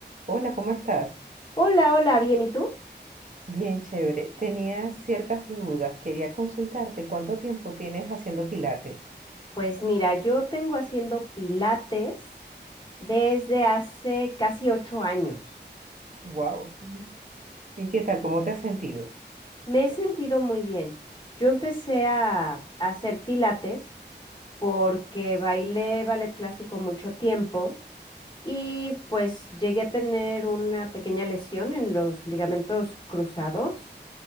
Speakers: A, on the right (about 45°); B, on the left (about 25°).
A: Hola, ¿cómo estás?
B: Hola, hola, bien, ¿y tú?
A: Bien, chévere. Tenía ciertas dudas. Quería consultarte cuánto tiempo tienes haciendo pilates.
B: Pues mira, yo tengo haciendo pilates desde hace casi ocho años.
A: Wow. ¿Y qué tal? ¿Cómo te has sentido?
B: Me he sentido muy bien. Yo empecé a, a hacer pilates porque bailé ballet clásico mucho tiempo y pues llegué a tener una pequeña lesión en los ligamentos cruzados